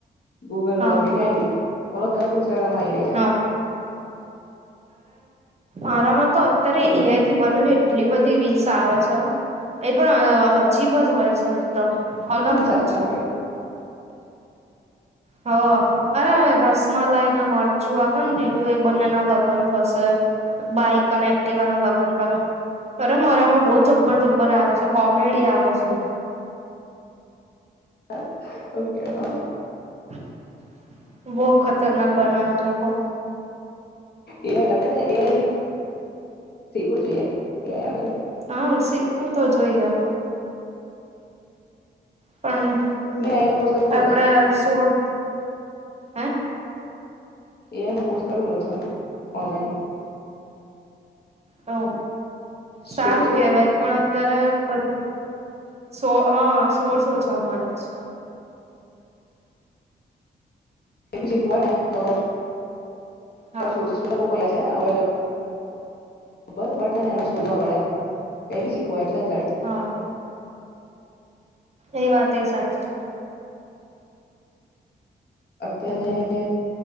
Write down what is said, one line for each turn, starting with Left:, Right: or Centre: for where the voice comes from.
Left: ગૂગલ
Right: હા
Left: પર કે ક્યાં બી. બોલો તરત ઇન્સ્ટાગ્રામમાં આવી જાય છે.
Right: હા આરામાં તો અત્યારે
Left: રીલ્સમાં
Right: એઆઈ થી બને એટલી બધી રીલ્સ આવે છે. એ પણ અહ અજીબ જ હોય છે એકદમ. અલગ
Left: સાચું
Right: જ
Left: ના લાગે
Right: હ અરે રસમલાઈ ના મરચું આવે ને લીલું એ બંને ના લગ્ન થશે બાઈક અને એકટીવા નો લગ્ન કરે બરા મારામાં બઉુ ચબ્બર ચબ્બર આવ કોમેડી આવે છે.
Left: હ ઓકે. હા
Right: <inaudible> બહું ખતરનાક બનાવે લોકો
Left: એ અત્યારે એ એઆઈ શીખવું જોઈએ. એઆઈ એમએલ
Right: હા શ શું તો જોઈયા પણ
Left: મેં એઆઈ નો કોર્સ કરેલો
Right: આપડે
Left: છે
Right: સોળ હે
Left: એનું કોશ કરેલું ઓછા માં ઓનલાઇન
Right: હ સારું
Left: સોર્સિસ બધા
Right: કેહેવાય પણ અત્યારે બધું સો હા સોર્સ સોછા મળે છે.
Left: એ બી શીખવું હોય ને તો
Right: હા
Left: સોર્સ બધા બઉ પ ને આવેલ <unintelligible> શોધવા પડે કઈ બી શીખવા વાય ઝેડ
Right: હા. એ વાત એ સાચી.
Left: અત્યારે